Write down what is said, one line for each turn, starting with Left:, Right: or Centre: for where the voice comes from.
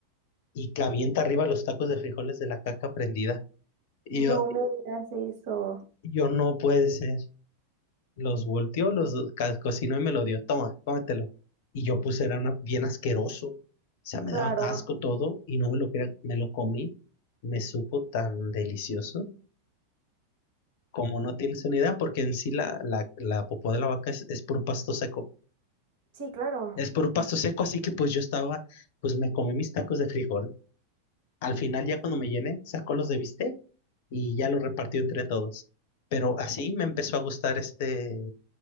Left: y que avienta arriba los tacos de frijoles de la caca prendida. Y
Right: No
Left: yo,
Right: me digas eso.
Left: yo no puede ser. Los volteó, los ca- cocinó y me lo dio. Toma, cómetelo. Y yo puse, era una- bien asqueroso. O sea, me
Right: Claro.
Left: daba asco todo y no me lo quería, me lo comí. Me supo tan delicioso. Como no tienes una idea, porque en sí la, la, la popó de la vaca es, es puro pasto seco.
Right: Sí, claro.
Left: es por pasto seco, así que pues yo estaba, pues me comí mis tacos de frijol. Al final ya cuando me llené, sacó los de bistec y ya los repartió entre todos. Pero así me empezó a gustar este,